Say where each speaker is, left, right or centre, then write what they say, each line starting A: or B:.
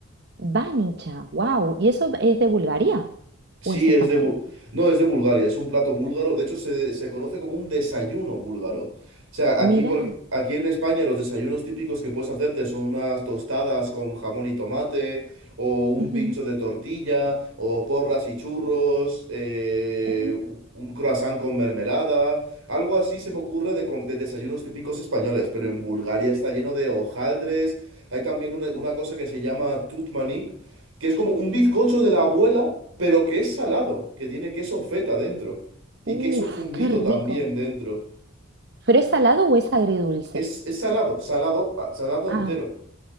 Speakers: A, on the right; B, on the right.
A: Banicha. Wow. ¿Y eso es de Bulgaria
B: Sí,
A: o es español?
B: es de... Bu- No, es de Bulgaria, es un plato búlgaro. De hecho, se, se conoce como un desayuno búlgaro. O sea,
A: Mira.
B: aquí, por, aquí en España los desayunos típicos que puedes hacerte son unas tostadas con jamón y tomate, o un
A: ujú.
B: pincho de tortilla, o porras y churros, eh,
A: Uh,
B: u- un croissant con mermelada. Algo así se me ocurre de, com- de desayunos típicos españoles, pero en Bulgaria está lleno de hojaldres. Hay también una, una cosa que se llama tutmanik que es como un bizcocho de la abuela, pero que es salado, que tiene queso feta dentro y queso
A: Uf,
B: fundido
A: qué rico.
B: también dentro.
A: ¿Pero es salado o es agridulce?
B: Es, es salado, salado, ah, salado
A: Ah,
B: entero.